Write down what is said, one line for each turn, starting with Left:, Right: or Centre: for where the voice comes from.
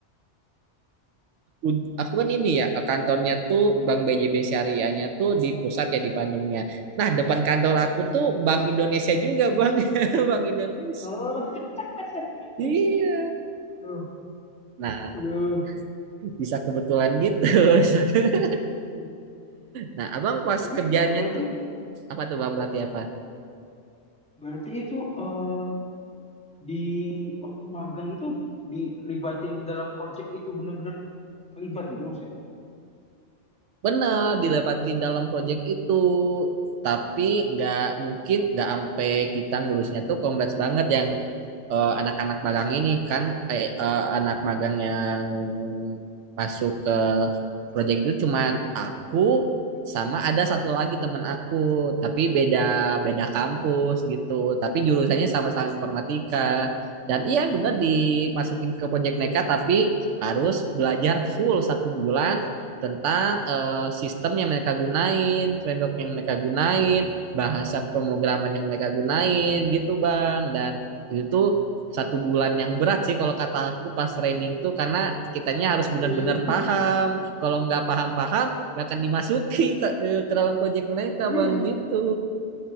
Right: ud- aku kan ini ya kantornya tuh Bank BJB Syariahnya tuh di pusat ya di Bandungnya. Nah, depan kantor aku
Centre: Mm-mm.
Right: tuh Bank Indonesia juga, Bang. <laughs> Bank Indonesia.
Centre: oh <laughs>
Right: Iya.
Centre: aduh
Right: Nah,
Centre: aduh
Right: bisa kebetulan gitu. <laughs>
Centre: Hmm.
Right: Nah, Abang pas
Centre: jadi
Right: kerjanya
Centre: itu berarti
Right: tuh apa tuh Bang berarti apa?
Centre: berarti itu eh, di waktu magang itu dilibatin dalam project itu benar-benar terlibat gitu maksudnya
Right: Bener, dilepatin dalam proyek itu. Tapi nggak mungkin nggak sampai kita ngurusnya tuh kompleks banget yang eh, anak-anak magang ini kan eh, eh, anak magang yang masuk ke project itu cuman aku sama ada satu lagi teman aku, tapi beda beda
Centre: Hmm.
Right: kampus gitu. Tapi jurusannya sama-sama informatika. Dan iya bener dimasukin ke project mereka, tapi harus belajar full satu bulan tentang eh, sistem yang mereka gunain, framework yang mereka gunain, bahasa pemrograman yang mereka gunain gitu Bang. Dan itu satu bulan yang berat sih kalau kata aku pas training tuh karena kitanya harus benar-benar
Centre: iya
Right: paham kalau nggak paham-paham nggak akan dimasuki ke dalam proyek mereka bang
Centre: iya
Right: gitu